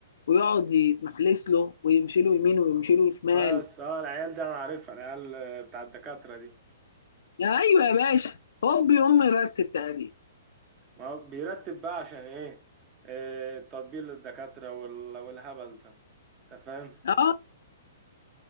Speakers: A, on the left; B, on the right.
A: ويقعد يتمحلس له ويمشي له يمين ويمشي له شمال
B: بس اه العيال دي انا عارفها العيال آه، بتاع الدكاترة دي
A: يا ايوه يا باشا هوب يقوم مرتب تقريبا
B: ما هو بيرتب بقى عشان ايه إيه، التطبيل للدكاترة وال- والهبل ده انت فاهم
A: اه